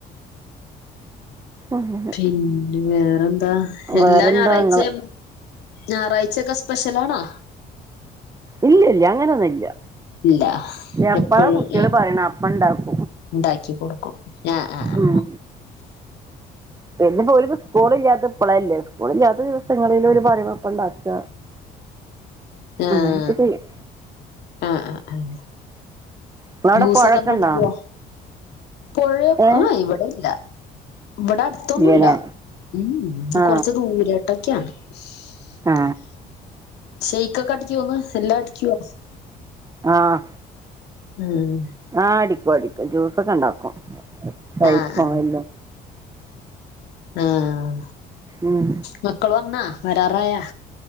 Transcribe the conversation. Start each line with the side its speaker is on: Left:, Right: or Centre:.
Right: അങ്ങനെ
Left: പിന്നെ വേറെന്താ എല്ലാ
Right: വേറെന്താ
Left: ഞായറാഴ്ചയും
Right: ഇങ്ങളെ
Left: ഞായറാഴ്ച ഒക്കെ സ്പെഷ്യൽ ആണോ
Right: ഇല്ലല്ലാ അങ്ങനെ ഒന്നും ഇല്ല
Left: ഇല്ല
Right: എപ്പളാ
Left: എപ്പഴും
Right: കുട്ടികൾ
Left: ഏഹ്
Right: പറയുന്നത് അപ്പൊ ഉണ്ടാക്കും
Left: ഇണ്ടാക്കി കൊടുക്കും അ ആ ആ
Right: ഉം പിന്നെപ്പോ ഓൽക്ക്‌ സ്കൂളില്ലാത്തപ്പോ പ്പളല്ലേ സ്കൂൾ ഇല്ലാത്ത ദിവസങ്ങളില് ഓൽ പറയുമ്പപ്പം ഇണ്ടാക്ക
Left: ആഹ്
Right: അങ്ങനെ ഒക്കെ ചെയ്യും
Left: ആഹ്
Right: നിങ്ങളവിടെ
Left: ജൂസൊക്കെ
Right: പുഴയൊക്കെ
Left: ന്നടിക്കോ
Right: ഉണ്ടോ
Left: പൊഴേക്
Right: ഏ
Left: ആഹ് അവടെ ഇല്ല വടെ അട്ത്തൊന്നൂല
Right: ഇല്ലല്ലേ
Left: മ് മ്
Right: ആ
Left: കൊറച്ച് ദൂരായ്ട്ടെക്കാണ് <unintelligible>
Right: ആ
Left: ക്കക്കടിക്യോന്ന് എല്ലാം അടിക്ക്യോ?
Right: ആഹ്
Left: ഉം
Right: ആഹ് അടിക്കും അടിക്കും ജോ ഒക്കെ ഇണ്ടാക്കും തയ്ക്കും
Left: ആഹ് ആഹ്
Right: എല്ലും
Left: ആഹ്
Right: ഉം.
Left: മക്കള് വന്നാ വരാറായാ